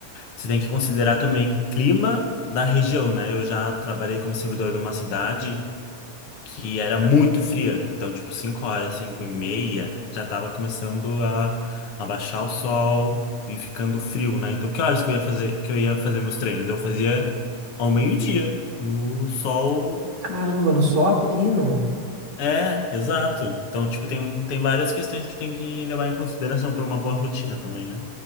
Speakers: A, on the left; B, on the right.
A: Você tem que considerar também clima da região, né? Eu já trabalhei como servidor numa cidade. que era muito fria. Então, tipo, 5 horas, 5 e meia, já tava começando a, a baixar o sol e ficando frio, né? Então, que horas que eu ia fazer, que eu ia fazer meus treinos? Eu fazia ao meio-dia, no sol.
B: Caramba, no sol a pino.
A: É, exato. Então, tipo, tem, tem várias questões que tem que levar em consideração para uma boa rotina também, né?